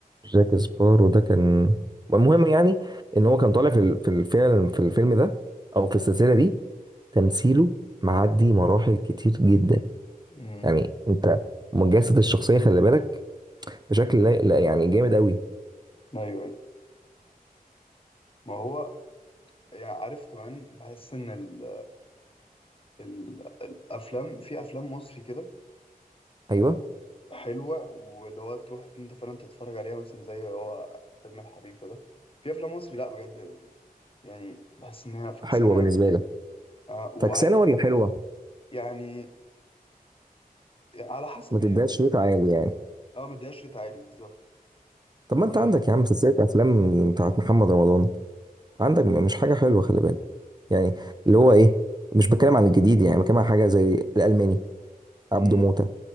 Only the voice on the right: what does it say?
جاك سبارو ده كان المهم يعني ان هو كان طالع في ال- في الفيلم في الفيلم ده او في السلسله دي تمثيله معدي مراحل كتير جدا
يعني انت مجسد الشخصيه خلي بالك بشكل لا لا يعني جامد قوي
ايوه
حلوه بالنسبه
لك
فكسانه ولا حلوه
ما تديهاش
ريت عالي يعني
طب
ما انت عندك يا عم سلسله افلام بتاعت محمد رمضان عندك م- مش حاجة
حلوة خلي بالك يعني اللي هو ايه مش بتكلم عن الجديد يعني بتكلم عن حاجة زي الألماني عبده
موتة